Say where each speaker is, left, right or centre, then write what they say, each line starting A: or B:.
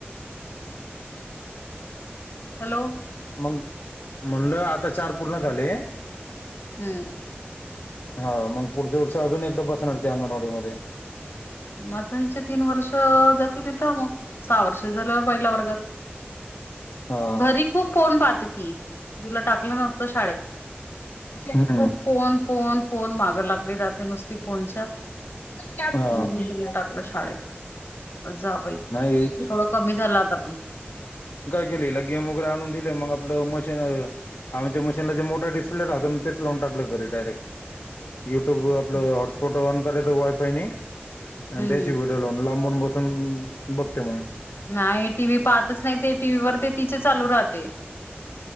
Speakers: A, on the left (about 70°); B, on the left (about 80°).
A: हॅलो
B: मग म्हणलं आता चार पूर्ण झाले
A: हम्म
B: हा मग पुढच्या वर्षी अजून एकदा बसणार ते अंगणवाडी मध्ये.
A: म आता हिचे तीन वर्ष जातील इथ मग सहा वर्ष झाल्यावर पहिल्या वर्गात,
B: हा
A: घरी खूप फोन पाहते ती, तिला टाकलं नवत शाळेत
B: हम्म
A: खूप फोन फोन फोन मागं लागली राहते नुसती फोनच्या
B: हा
A: इंग्रजीला टाकल शाळेत. जा बाई
B: नाही
A: थोडं कमी झालं आता पण,
B: गेले हिला गेम वगैरे आणून दिले मग आपलं मशी आमच्या मशीनला जे मोठ डिस्प्ले राहतो तेच लावून टाकलं घरी डायरेक्ट युट्यूब आपलं
A: हम्म
B: हॉटस्पॉट ऑन करायच वायफायनी आणि द्यायची
A: हम्म
B: गुड लाऊन लांबून बसून बघते मग,
A: नाही टीव्ही पाहतच नाही ते टीव्ही वर ते तिचे चालू राहते.